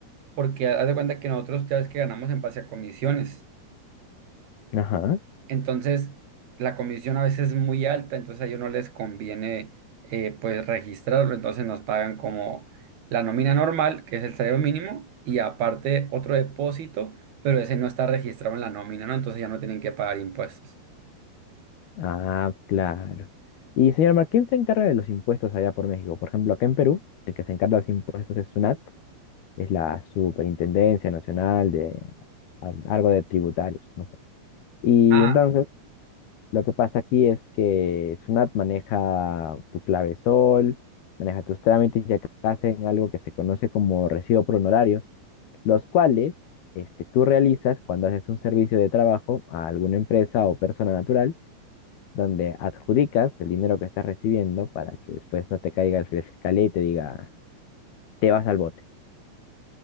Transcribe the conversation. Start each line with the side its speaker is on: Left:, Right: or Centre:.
Right: porque haz de cuenta que nosotros ya ves que ganamos en base a comisiones.
Left: Ajá.
Right: Entonces, la comisión a veces es muy alta, entonces a ellos no les conviene eh, pues registrarlo, entonces nos pagan como la nómina normal, que es el salario mínimo, y aparte otro depósito, pero ese no está registrado en la nómina, ¿no? Entonces ya no tienen que pagar impuestos.
Left: Ah, claro. Y señor Mar, ¿quién se encarga de los impuestos allá por México? Por ejemplo, acá en Perú, el que se encarga de los impuestos es SUNAT, es la Superintendencia Nacional de al- algo de tributarios, no sé. Y
Right: ah
Left: entonces, Lo que pasa aquí es que Sunat maneja tu clave sol, maneja tus trámites y acá hacen algo que se conoce como recibo por honorarios, los cuales este, tú realizas cuando haces un servicio de trabajo a alguna empresa o persona natural, donde adjudicas el dinero que estás recibiendo para que después no te caiga el fiscal y te diga, te vas al bote.